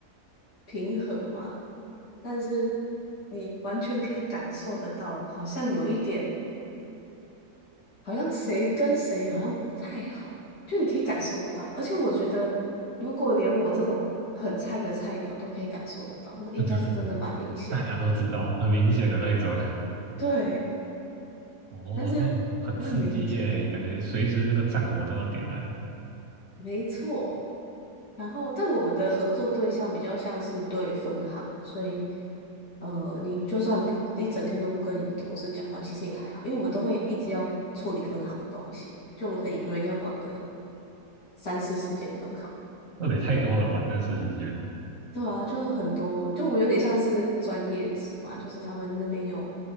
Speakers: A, on the left; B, on the right.
A: 平和嘛，但是你完全可以感受得到，好像有一点。好像谁跟谁好像不太好，就你可以感受得到。而且我觉得，如果连我这种很菜的菜鸟都可以感受得到，那应该是真的蛮明显的。
B: 那就是大家都知道，很明显的那一种。<laughs>
A: 对，
B: 哦，
A: 但是我很明显，
B: 这种很刺激耶，感觉随时那个战火都要点燃。
A: 没错。然后，但我们的合作对象比较像是对分行，所以，呃，你就算不一整天都不跟你的同事讲话，其实也还好，因为我们都会一直要处理分行的东西，就我们可能一个人要管个三四十间分行。
B: 那也太多了吧？真是时间。
A: 对啊，就很多，就我们有点像是专业职嘛，就是他们那边有